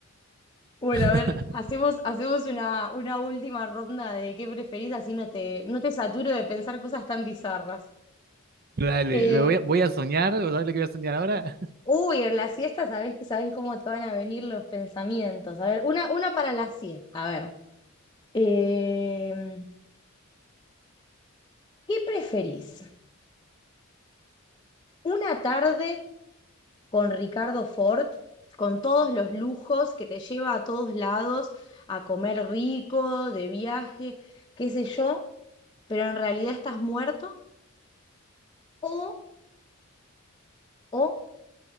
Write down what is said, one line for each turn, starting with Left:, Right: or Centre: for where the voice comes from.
Left: Bueno,
Right: <laughs>
Left: a ver, hacemos, hacemos una, una última ronda de qué preferís, así no te, no te saturo de pensar cosas tan bizarras.
Right: Dale,
Left: Eh,
Right: me voy a, voy a soñar, ¿sabes lo que voy a soñar ahora?
Left: uy, en la siesta sabés, sabés cómo te van a venir los pensamientos. A ver, una, una para la siesta. A ver, em, ¿qué preferís? Una tarde con Ricardo Ford, con todos los lujos que te lleva a todos lados, a comer rico, de viaje, qué sé yo, pero en realidad estás muerto, o, o